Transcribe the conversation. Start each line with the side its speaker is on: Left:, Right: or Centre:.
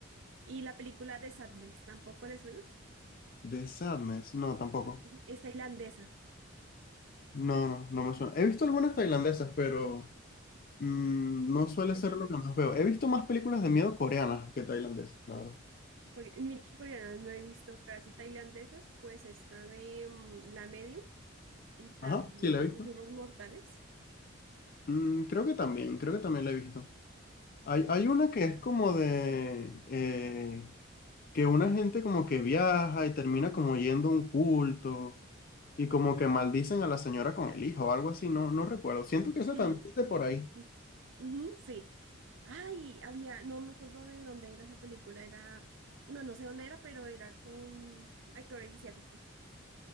Right: Y la película de Sadness, ¿tampoco les suena?
Left: The Sadness, no, tampoco.
Right: Ujú, Es tailandesa,
Left: No, no, no me suena. He visto algunas tailandesas, pero mm, no suele
Right: ¿esa
Left: ser lo
Right: no?
Left: que más veo. He visto más películas de miedo coreanas que tailandesas, la verdad.
Right: Core- Mira coreanas no he visto casi tailandesas, pues está de mm, La Medium y también
Left: Ajá, sí, la he visto.
Right: Susurros Mortales.
Left: Mm, creo que también, creo que también la he visto. Hay, hay una que es como de, eh, que una gente como que viaja y termina como yendo a un culto y como que maldicen a la señora con el hijo o algo así, no, no recuerdo. Siento que eso
Right: Sí.
Left: también es de por ahí.
Right: Mm, ujú, sí. Ay, había, no me acuerdo de dónde era esa película, era, no, no sé dónde era, pero era con actores asiáticos.